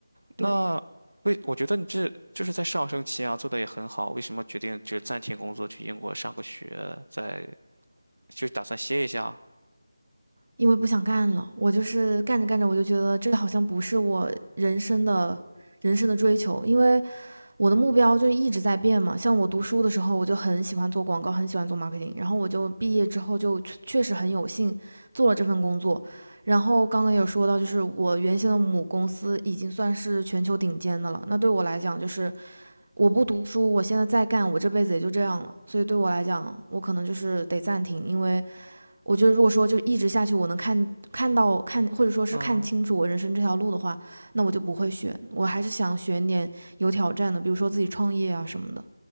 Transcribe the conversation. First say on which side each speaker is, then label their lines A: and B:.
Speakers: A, on the right; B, on the right.
A: 那为我觉得你这就是在上升期啊，
B: 对，
A: 做的也很好，为什么决定就是暂停工作去英国上个学，再就打算歇一下？
B: 因为不想干了，我就是干着干着，我就觉得这好像不是我人生的人生的追求，因为我的目标就一直在变嘛。像我读书的时候，我就很喜欢做广告，很喜欢做 marketing，然后我就毕业之后就确实很有幸做了这份工作。然后刚刚有说到，就是我原先的母公司已经算是全球顶尖的了。那对我来讲，就是我不读书，我现在再干，我这辈子也就这样了。所以对我来讲，我可能就是得暂停，因为我觉得如果说就一直下去，我能看看到看或者说是看清楚我人生这条路的话，
A: 嗯，
B: 那我就不会选，我还是想选点有挑战的，比如说自己创业啊什么的。